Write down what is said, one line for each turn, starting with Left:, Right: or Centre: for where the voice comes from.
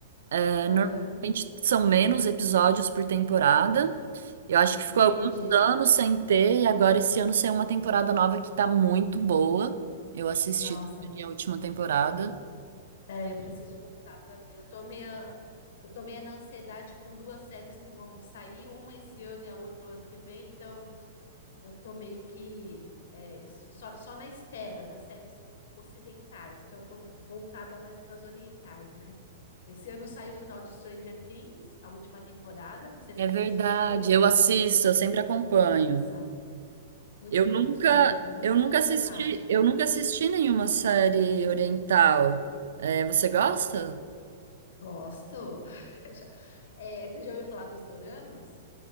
Right: É, Normalmente
Left: Aham,
Right: são menos episódios por temporada. Eu acho que ficou
Left: entendi.
Right: alguns anos sem ter, e agora esse ano saiu uma temporada nova que tá muito boa. Eu assisti
Left: Nossa,
Right: também a última temporada.
Left: É, eu preciso voltar para ver. Eu tô meio, eu tô meio na ansiedade com duas séries que vão sair, uma esse ano e a outra o ano que vem, então eu tô meio que é, s- só, só na espera das séries ocidentais, porque eu tô voltada mais para as orientais, né? Esse ano saiu o final de Stranger Things, a última temporada, não sei se
Right: É
Left: você
Right: verdade,
Left: assistiu.
Right: eu assisto, eu sempre acompanho.
Left: Nossa, muito
Right: Eu nunca,
Left: bom, sou muito
Right: eu nunca
Left: fanática.
Right: assisti, eu nunca assisti nenhuma série oriental. É, você gosta?
Left: Gosto. <laughs> É, você já ouviu falar dos doramas?